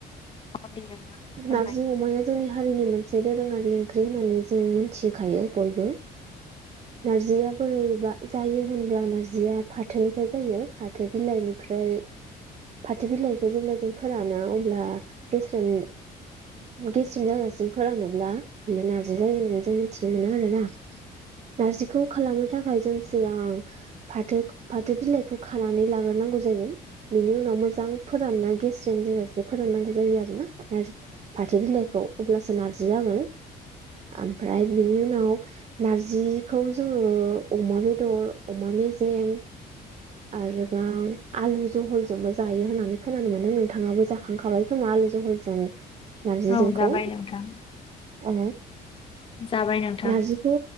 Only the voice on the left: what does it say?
औ दे नोंथां फोरमाय
औ जाबाय नोंथां
जाबाय नोंथां